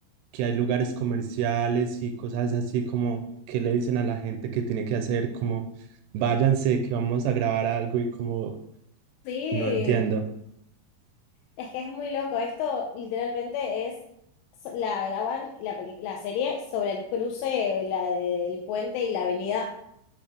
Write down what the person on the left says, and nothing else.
Sí,
es que es muy loco. Esto literalmente es, so- la graban la, peli- la serie sobre el cruce, la del puente y la avenida